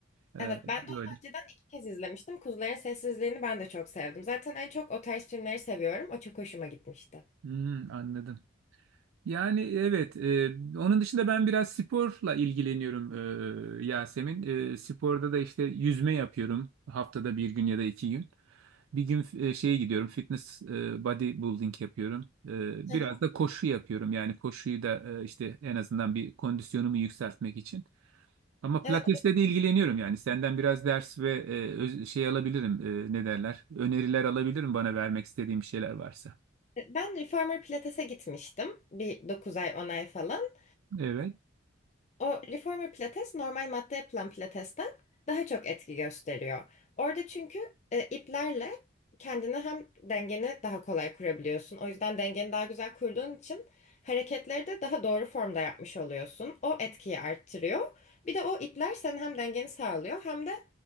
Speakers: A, on the right; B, on the left.
A: Ee,
B: Evet
A: böyle.
B: ben de onu önceden iki kez izlemiştim. Kuzuların Sessizliğini ben de çok sevdim. Zaten en çok o tarz filmleri seviyorum. O çok hoşuma gitmişti.
A: Hmm, anladım. Yani evet, e, onun dışında ben biraz sporla ilgileniyorum e, Yasemin. E, sporda da işte yüzme yapıyorum haftada bir gün ya da iki gün. Bir gün e, şeye gidiyorum, fitness e, bodybuilding yapıyorum. E,
B: Hı
A: biraz
B: hı.
A: da koşu yapıyorum. Yani koşuyu da e, işte en azından bir kondisyonumu yükseltmek için. Ama
B: Evet
A: pilatesle de ilgileniyorum yani. Senden biraz ders ve e, öz- şey alabilirim, e, ne derler? Öneriler alabilirim bana vermek istediğim bir şeyler varsa.
B: e, ben Reformer Pilates'e gitmiştim. Bir 9 ay 10 ay falan.
A: Evet.
B: O reformer pilates normal matta yapılan pilatesten daha çok etki gösteriyor. Orada çünkü e, iplerle kendini hem dengeni daha kolay kurabiliyorsun. O yüzden dengeni daha güzel kurduğun için hareketleri de daha doğru formda yapmış oluyorsun. O etkiyi arttırıyor. Bir de o ipler senin hem dengeni sağlıyor hem de